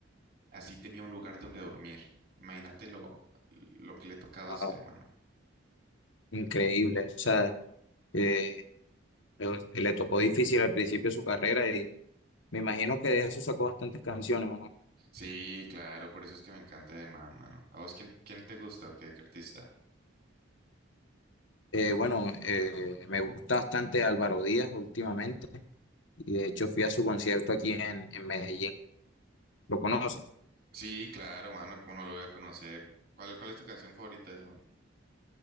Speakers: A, on the right; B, on the left.
A: así tenía un lugar donde dormir. Imagínate lo, lo que le tocaba
B: Wow,
A: hacer, mano.
B: increíble. O sea, eh, le le tocó difícil al principio de su carrera y me imagino que de eso sacó bastantes canciones, ¿o ¿no?
A: Sí, claro, por eso es que me encanta de Man, mano. ¿A vos quién, quién te gusta o qué, qué artista?
B: Eh, bueno, eh, me gusta bastante Álvaro Díaz últimamente y de hecho fui a su concierto aquí en, en Medellín. ¿Lo conoces?
A: Sí, claro, mano, cómo no lo voy a conocer. ¿Cuál, cuál es tu canción favorita de ese man?